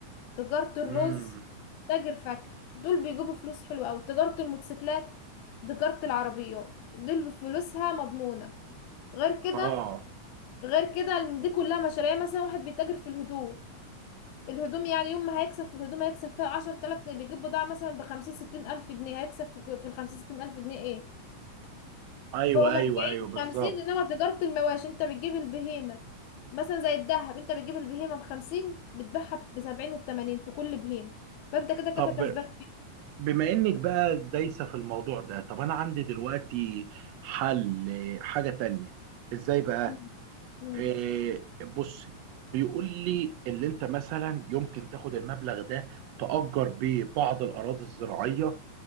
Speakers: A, on the left (about 80°); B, on the right (about 80°).
A: تجارة الرز
B: امم
A: تاجر فاكهة دول بيجيبوا فلوس حلوة أوي تجارة الموتوسيكلات تجارة العربيات دول بفلوسها مضمونة غير كده
B: اه
A: غير كده إن دي كلها مشاريع يعني مثلا واحد بيتاجر في الهدوم الهدوم يعني يوم ما هيكسب في الهدوم هيكسب فيها عشر تلاف جنيه بيجيب بضاعة مثلا بخمسين ستين ألف جنيه هيكسب في في الخمسين ستين ألف جنيه ايه
B: ايوه
A: فوق أربعين
B: ايوه ايوه بالظبط
A: خمسين إنما تجارة المواشي أنت بتجيب البهيمة مثلا زي الدهب أنت بتجيب البهيمة بخمسين بتبيعها بسبعين وبتمانين في كل بهيمة فأنت كده كده
B: طب
A: كسبان
B: بما انك بقى دايسة في الموضوع ده طب انا عندي دلوقتي حل آه، حاجة تانية ازاي بقى
A: مم. مم.
B: آه بص بيقول لي اللي انت مثلا يمكن تاخد المبلغ ده تأجر بيه بعض الاراضي الزراعية